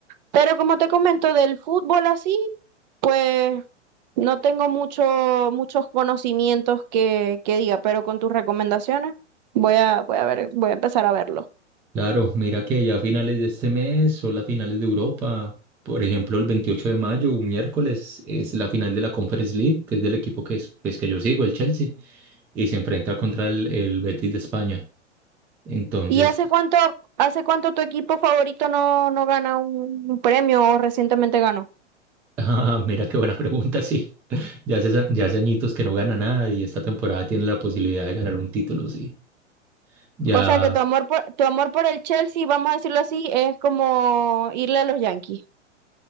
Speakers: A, on the right; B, in the centre.
A: Pero como te comento, del fútbol así, pues no tengo mucho, muchos conocimientos que, que diga, pero con tus recomendaciones voy a, voy a ver, voy a empezar a verlo.
B: Claro, mira que ya a finales de este mes o las finales de Europa. Por ejemplo, el 28 de mayo, un miércoles, es la final de la Conference League, que es del equipo que, es, pues, que yo sigo, el Chelsea, y se enfrenta contra el, el Betis de España. Entonces,
A: ¿Y hace cuánto, hace cuánto tu equipo favorito no, no gana un, un premio o recientemente ganó?
B: <laughs> ah, mira qué buena pregunta, sí. <laughs> Ya hace, ya hace añitos que no gana nada y esta temporada tiene la posibilidad de ganar un título, sí. Ya,
A: O sea que tu amor por, tu amor por el Chelsea, vamos a decirlo así, es como irle a los Yankees.